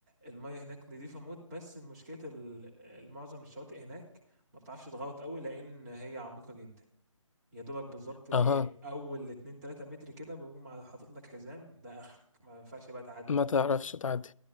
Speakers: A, on the right; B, on the left.
A: المية هناك نظيفة موت بس المشكلة ال- معظم الشواطئ هناك ما بتعرفش تغوط قوي لأن هي عميقة جدا يا دوبك بالظبط
B: اه
A: أول اتنين تلاتة متر كده بيقوم حاطط لك حزام ده آخرك ما ينفعش بقى تعدي
B: ما تعرفش
A: فاهمني
B: تعدي